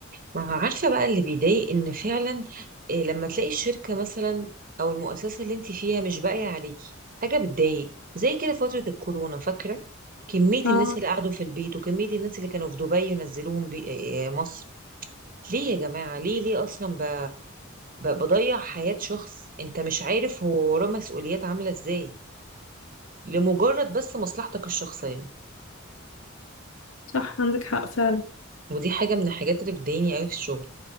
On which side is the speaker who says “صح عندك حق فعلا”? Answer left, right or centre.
Left